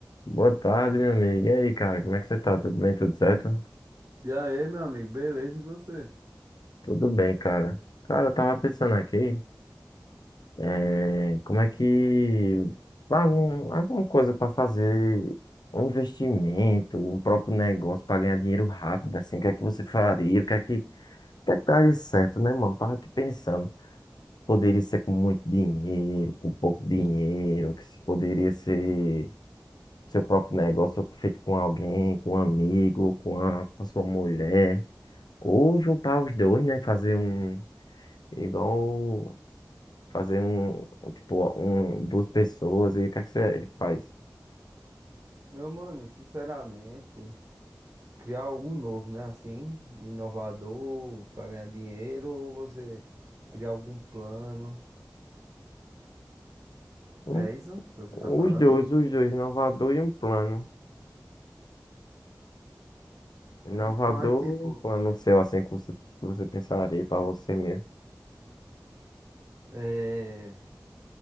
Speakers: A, on the left; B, on the right.
A: Boa tarde, meu amigo. E aí, cara, como é que você tá? Tudo bem? Tudo certo?
B: E aí, meu amigo, beleza? E você?
A: Tudo bem, cara. Cara, eu tava pensando aqui, eh, como é que algum, alguma coisa pra fazer um investimento, um próprio negócio pra ganhar dinheiro rápido, assim, o que é que você faria? O que é que, o que é que daria certo, né, mano? Tava aqui pensando. Poderia ser com muito dinheiro, com pouco dinheiro, que se poderia ser seu próprio negócio feito com alguém, com um amigo, com a, com a sua mulher. Ou juntar os dois, né? Fazer um. Igual. Fazer um. Tipo, um, duas pessoas. E o que é que você faz?
B: Meu mano, sinceramente, criar algo novo, né? Assim, inovador, para ganhar dinheiro, ou você criar algum plano.
A: Um,
B: É isso que você
A: os
B: tá falando?
A: dois, os dois. Inovador e um plano. Inovador,
B: Rapaz, tipo,
A: um plano seu, assim, que você, que você pensaria pra você mesmo.
B: é,